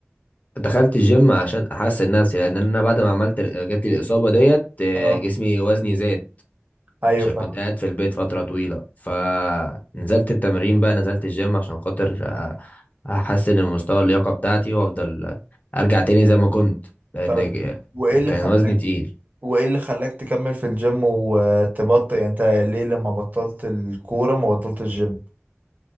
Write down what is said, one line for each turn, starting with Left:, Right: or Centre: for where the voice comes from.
Left: دخلت الجيم عشان احسن نفسي لان انا بعد ما عملت جات لي الاصابة ديت آه،
Right: اه
Left: جسمي وزني زاد
Right: ايوه
Left: عشان
Right: فاهم
Left: كنت قاعد في البيت فترة طويلة فنزلت التمرين بقى نزلت الجيم عشان خاطر أ- أحسن المستوى اللياقة بتاعتي وأفضل أرجع تاني زي ما كنت لأن
Right: طب
Left: ج-
Right: وايه اللي
Left: كان
Right: خلاك
Left: وزني تقيل
Right: وايه اللي خلاك تكمل في الجيم وتبطل يعني انت ليه لما بطلت الكوره ما بطلت الجيم